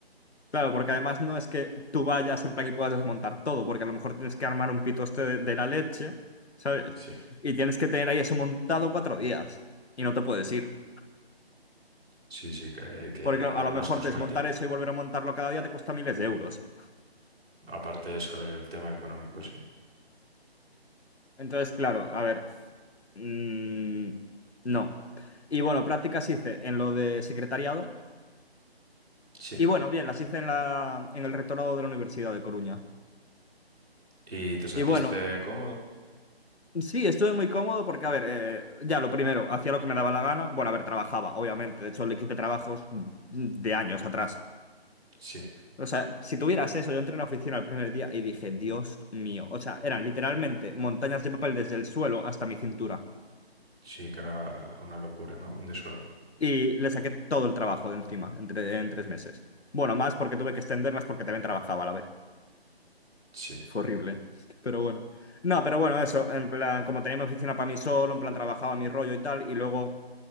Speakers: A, on the left; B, on the right.
A: Claro, porque además no es que tú vayas en plan y puedas desmontar todo, porque a lo mejor tienes que armar un pitoste de, de la leche, ¿sabes?
B: Sí,
A: Y tienes que tener ahí eso montado cuatro días y no te puedes ir.
B: sí, sí, que, que
A: Porque claro,
B: además
A: a lo mejor
B: consume
A: desmontar
B: tiempo.
A: eso y volver a montarlo cada día te cuesta miles de euros.
B: Aparte de eso, el tema económico, sí.
A: Entonces, claro, a ver, mm, no. Y bueno, prácticas hice en lo de secretariado.
B: Sí.
A: Y bueno, bien, las hice en la, en el rectorado de la Universidad de Coruña.
B: ¿Y te sentiste
A: Y bueno,
B: cómodo?
A: sí, estuve muy cómodo porque, a ver, eh, ya lo primero, hacía lo que me daba la gana. Bueno, a ver, trabajaba, obviamente. De hecho, le quité trabajos de años atrás.
B: Sí,
A: O sea, si tuvieras eso, yo entré en la oficina el primer día y dije, Dios mío. O sea, eran literalmente montañas de papel desde el suelo hasta mi cintura.
B: sí que era una locura, ¿no? Un desorden.
A: Y le saqué todo el trabajo de encima en, tre- en tres meses. Bueno, más porque tuve que extenderlas porque también trabajaba a la vez.
B: Sí,
A: Fue horrible. Pero bueno. No, pero bueno, eso. En plan, como tenía mi oficina para mí solo, en plan, trabajaba mi rollo y tal. Y luego